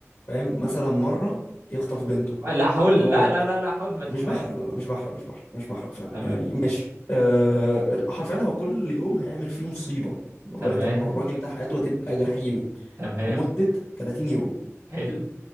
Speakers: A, on the left; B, on the right.
A: فاهم مثلا مرة يخطف بنته
B: لا حاول
A: ويقعد
B: لا لا لا لا حاول ما تحرقش
A: مش بحرق لا لا مش بحرق مش بحرق مش بحرق فعلا
B: تمام
A: يعني
B: ماشي
A: ماشي أه حرفيا هو كل يوم هيعمل فيه مصيبة لغاية
B: تمام
A: أما الراجل ده حياته هتبقى جحيم
B: تمام
A: لمدة 30 يوم
B: حلو